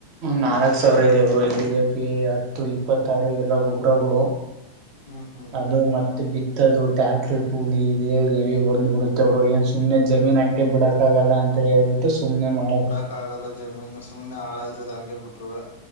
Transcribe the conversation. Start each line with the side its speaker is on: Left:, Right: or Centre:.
Right: ನಾಲ್ಕ್ ಸಾವಿರ ಇದೆ ಬ್ರೋ ಡಿ ಎ ಪಿ ಹತ್ತು ಇಪ್ಪತ್ತಾರು ಇವೆಲ್ಲಾ ಗೊಬ್ಬ್ರಗಳು
Left: ಹ್ಮ್ ಹ್ಮ್
Right: ಅದು ಮತ್ತೆ ಬಿತ್ತದು ಟ್ಯಾಕ್ಟ್ರಿ ಕೂಲಿ ಇದೆ ಎವಿ ಬಂದ್ ಬಿಡುತ್ತವರು ಏನ್ ಸುಮ್ಮನೆದ ಜಮೀನ್ ಹಂಗೆ ಬಿಡಕ ಆಗಲ್ಲ ಅಂತ ಹೇಳ್ಬಿಟ್ಟು ಸುಮ್ನೆ ಮಾಡದ
Left: ಹಕ್ಕಗಲ್ಲ ಜಮೀನು ಸುಮ್ನೆ ಹಾಳಾಯ್ತದ ಹಂಗೆ ಬಿಟ್ರುರುವೆ